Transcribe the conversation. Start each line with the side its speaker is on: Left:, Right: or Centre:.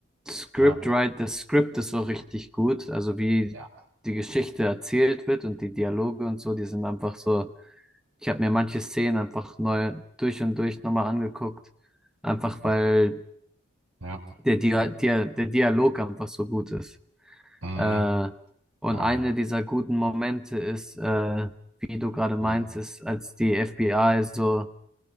Centre: Scriptwrite,
Right: Ja.
Centre: das Skript ist so richtig gut. Also wie
Right: Ja.
Centre: die Geschichte erzählt wird und die Dialoge und so, die sind einfach so. Ich habe mir manche Szenen einfach neu durch und durch nochmal angeguckt, einfach
Right: Okay.
Centre: weil
Right: Ja.
Centre: der, Dia Dia der Dialog einfach so gut ist.
Right: Mhm.
Centre: Äh, und
Right: Wow.
Centre: eine dieser guten Momente ist, äh, wie du gerade meinst,
Right: Mhm.
Centre: ist, als die FBI so